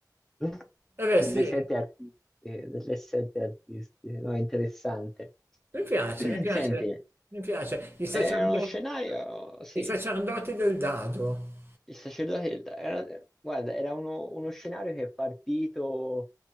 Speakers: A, in the centre; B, on the right (about 30°).
A: vedi.
B: Eh beh,
A: delle
B: sì,
A: sette artistiche, delle sette artistiche, no, interessante.
B: mi piace,
A: <clears throat>
B: mi piace,
A: Senti,
B: mi piace. I sacerdoti,
A: è uno scenario, sì,
B: i sacerdoti del dado.
A: il sacerdote, era- guarda, era uno, uno scenario che è partito